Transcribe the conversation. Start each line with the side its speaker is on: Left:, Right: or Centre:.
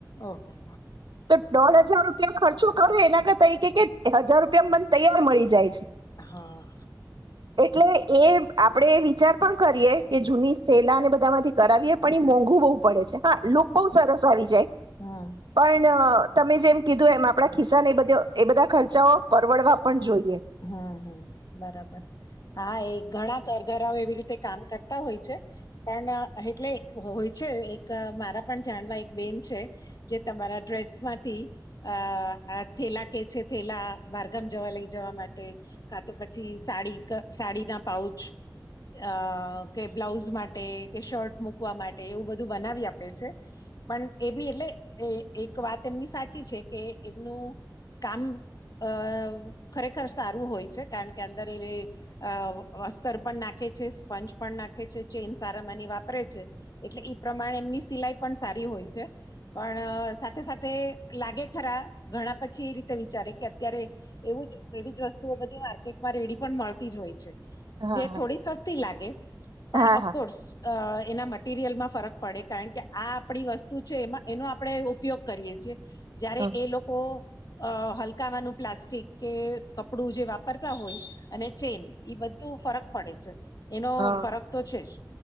Left: ઓહ.
Right: તો દોઢ હજાર રૂપિયા ખર્ચો કરે એના કર તરીકે કે હજાર રૂપિયામાં મને તૈયાર મળી જાય છે.
Left: હા.
Right: એટલે એ આપડે એ વિચાર પણ કરીએ કે જૂની સેલાને બધા માંથી કરાવીએ પણ એ મોંઘુ બહુ પડે છે હા લોકો બઉુ સરસ આવી જાય
Left: હમ
Right: પણ તમે જેમ કીધું એમ આપડા ખીસા એ બધ એ બધા ખર્ચાઓ પરવડવા પણ જોઈએ.
Left: હમ્મ હમ્મ બરાબર હા એક ઘણા ઘરઘરાઓ એવી રીતે કામ કરતા હોય છે પણ એટલે હોય છે એક મારા પણ ધ્યાનમાં એક બેન છે જે તમારા ડ્રેસમાંથી અ થેલા કે છે થેલા બરગામ જવા લઈ જવા માટે એ તો પછી સાડી સાડી ના પાઉચ અ કે બ્લાઉઝ માટે કે શર્ટ મુકવા માટે એવું બધું બનાવી આપે છે પણ એ બી એટલે એક વાત એમની સાચી છે કે એમનું કામ અ ખરેખર ખર સારું હોય છે કારણ કે અંદર એ અ વસ્ત્રર પણ નાખે છે સ્પંજ પણ નાખે છે ચેઇન સારામાંની વાપરે છે એટલે ઈ પ્રમાણે એમની સિલાઈ પણ સારી હોય છે પણ સાથે સાથે લાગે ખરા ઘણા પછી એ રીતે વિચારે કે અત્યારે એવું એવી જ વસ્તુઓ બધી માર્કેટમાં રેડી પણ મળતી જ હોય છે.
Right: હા
Left: જે થોડી સસ્તી લાગે પણ
Right: હા
Left: અફકોર્સ
Right: હા
Left: અ એના માટે મટિરિયલમાં ફરક પડે કારણ કે આ આપણી વસ્તુ છે એમાં એનો આપણે ઉપયોગ કરીએ છીએ. જયારે
Right: હા
Left: એ લોકો અ હલકાવાનું પ્લાસ્ટિક કે કપડું જે વાપરતા હોય અને ચેન એ બધું ફરક પડે છે. એનો
Right: હા
Left: ફરક તો છે જ